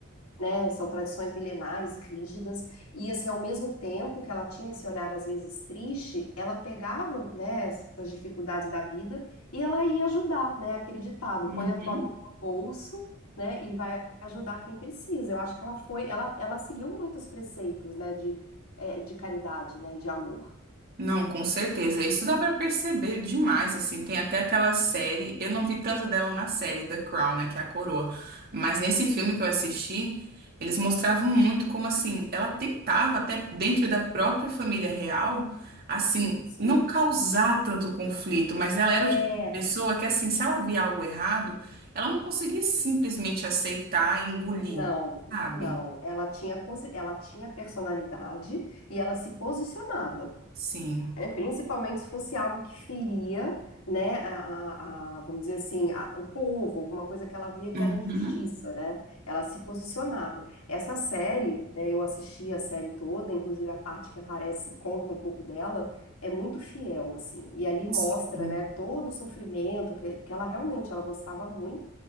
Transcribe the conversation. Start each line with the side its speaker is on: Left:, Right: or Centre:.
Left: né? São tradições milenares, rígidas, e assim, ao mesmo tempo que ela tinha esse olhar às vezes triste, ela pegava, né, essas dificuldades da vida e ela ia ajudar, né? Aquele ditado,
Right: Uhum.
Left: põe a tua dor no bolso, né, e vai ajudar quem precisa. Eu acho que ela foi, ela, ela seguiu muitos preceitos, né, de, é, de caridade, né, e de amor.
Right: Não, com certeza. Isso dá pra perceber demais, assim. Tem até aquela série, eu não vi tanto dela na série The Crown, né, que é a coroa, mas nesse filme que eu assisti, eles mostravam muito como assim, ela tentava até dentro da própria família real, assim,
Left: Sim.
Right: não causar tanto conflito, mas ela
Left: É,
Right: era o tipo de pessoa que assim, se ela via algo errado, ela não conseguia simplesmente aceitar e engolir,
Left: não,
Right: sabe?
Left: não. Ela tinha, posi- ela tinha personalidade e ela se posicionava.
Right: Sim.
Left: É, principalmente se fosse algo que feria, né, a, a- a- vamos dizer assim, a- o povo, alguma coisa que ela via que
Right: Uhum.
Left: era injustiça, né? Ela se posicionava. Essa série, né, eu assisti a série toda, inclusive a parte que aparece, conta um pouco dela, é muito fiel, assim. E ali mostra,
Right: Sim.
Left: né, todo o sofrimento que, que ela realmente, ela gostava muito